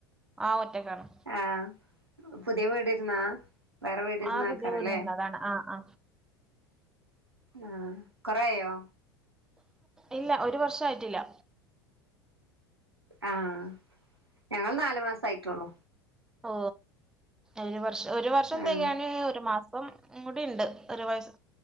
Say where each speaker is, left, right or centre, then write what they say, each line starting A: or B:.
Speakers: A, in the centre; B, on the right (about 85°).
A: ആ ഒറ്റക്കാണ്.
B: ആഹ്. പുതിയ വീടിര്ന്നാ വേറെ വീട് ഇര്ന്നാക്കാരല്ലേ?
A: ആ പുതിയ വീട് വന്നതാണ് ആ ആ
B: ആഹ്. കൊറേയോ?
A: ഇല്ല. ഒരു വർഷായിട്ടില്ല.
B: ആഹ്. ഞങ്ങള് നാല് മാസാ യിട്ടുള്ളൂ.
A: ഓ ഒരു വർഷം ഒരു വർഷം
B: ആഹ്
A: തികയാൻ ഒരു മാസം കൂടി ഉണ്ട്. ഒരു വയസ്